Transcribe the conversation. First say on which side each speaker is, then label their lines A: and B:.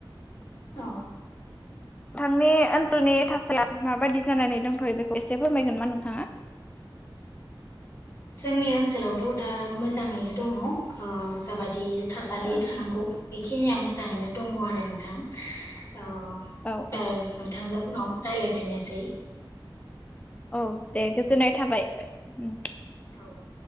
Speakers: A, on the left; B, on the left.
A: अ।
B: नोंथांनि ओनसोलनि थासाया माबायदि जानानै दंथ'यो बेखौ एसे फोरमायगोन मा नोंथाङा ।
A: जोंनि ओनसोलावथ' दा मोजाङैनो दङ ओ जाबादि थासारि
B: औ
A: थानांगौ। बेखिनिया मोजाङैनो दङ आरो नोंथां औ
B: औ
A: दे
B: औ
A: नोंथांजों उनाव रायलाय बेनोसै
B: औ दे गोजोननाय थाबाय उम।
A: औे